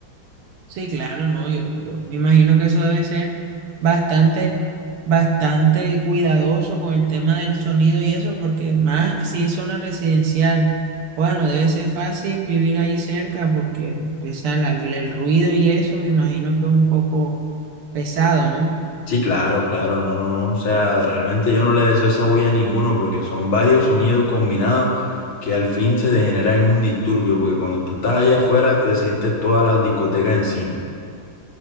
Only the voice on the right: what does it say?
Sí, claro, no, yo, yo me imagino que eso debe ser bastante, bastante cuidadoso con el tema del sonido y eso, porque más si es zona residencial, bueno, debe ser fácil vivir ahí cerca porque esa, la- la- el ruido y eso me imagino que es un poco pesado, ¿no?